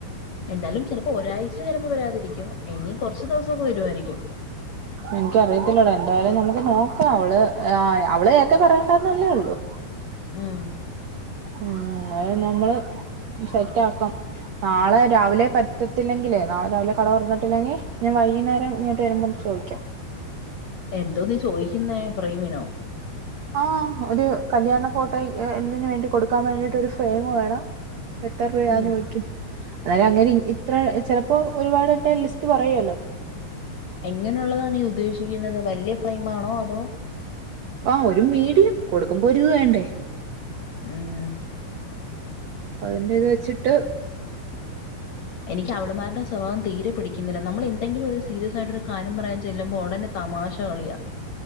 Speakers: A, on the left; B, on the right.
A: എന്താലും ചെലപ്പോ ഒരാഴ്ച ചെലപ്പോ വരാതിരിക്കും ഇനിം കൊറച്ച് ദിവസൊക്കെ വരുവായിരിക്കും
B: എന്ക്കറിയത്തില്ലടാ എന്തായാലും നമുക്ക് നോക്കാം അവള് അവളേക്കെ പറയണ്ടാന്നല്ലേ ഒള്ളു
A: ഉം
B: ഉം അത് നമ്മള് സെറ്റാക്കാം നാളെ രാവിലെ പ റ്റത്തില്ലെങ്കിലെ നാളെ രാവിലെ കട തൊറന്നിട്ടില്ലെങ്കി ഞാൻ വൈകുന്നേരം ഇങ്ങട്ട് വരുമ്പോ ചോയിക്കാം
A: എന്തോ നീ ചോയിക്കുന്നേ ഫ്രെയിമിനോ?
B: ആഹ് ഒരു കല്ല്യാണ ഫോട്ടോ ഇതിന് വേണ്ടി കൊടുക്കാൻ വേണ്ടീട്ട് ഒരു ഫ്രെയിമ് വേണം എത്ര രൂപയാന്നൊയിക്കും
A: ഉം
B: ഇന്നാലേ അങ്ങനെ ഇത്ര ചെലപ്പോ ഒരുപാടെറ്റെ ലിസ്റ്റ് പറയല്ലോ
A: എങ്ങനെയുള്ളതാ നീ ഉദ്ദേശിക്കുന്നത് വല്ല്യ ഫ്രെയിമാണോ അതോ
B: ആഹ് ഒരു മീഡിയം കൊടുക്കുമ്പോ ഒരു വേണ്ടേ
A: മ്മ്
B: അതിന്റെത് വെച്ചിട്ട്
A: എനിക്ക് അവള്മാര്ടെ സ്വഭാവം തീരെ പിടിക്ക്ന്നില്ല നമ്മള് എന്തെങ്കിലൊരു സീരിയസായിട്ടോര് കാര്യം പറയാൻ ചെല്ലുമ്പോ ഒടനെ തമാശ കളിയാ